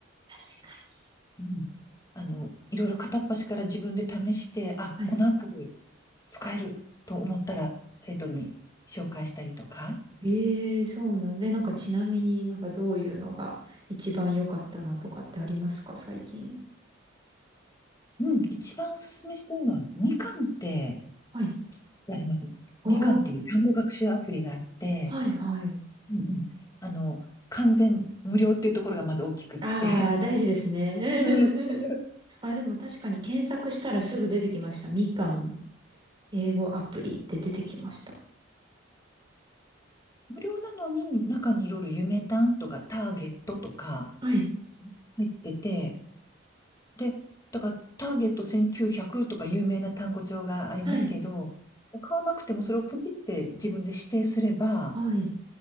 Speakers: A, on the right (about 25°); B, on the left (about 20°).
A: 確かに。
B: うん。あの、いろいろ片っ端から自分で試して、あ、
A: はい。
B: このアプリ使えると思ったら、生徒に紹介したりとか。
A: ええそうなんで、なんかちなみになんかどういうのが一番良かったなとかってありますか、
B: うん
A: 最近。
B: うん、一番おすすめしてるのは、みかんって
A: はい。
B: あります。
A: あー
B: みかんっていう単語学習アプリがあって、
A: はいはい。
B: うんうん、あの、完全無料っていうところがまず大きくって。
A: ああ、大事ですね。
B: <laughs> うんうん
A: <laughs> あ、でも確かに検索したらすぐ出てきました。みかん、英語アプリって出てきました。
B: 無料なのに、中にいろいろ夢単とかターゲットとか、
A: はい。
B: 入ってて、で、だからターゲット1900とか有名な単語帳がありますけど、
A: はい。
B: 買わなくてもそれをポチって自分で指定すれば、
A: はい。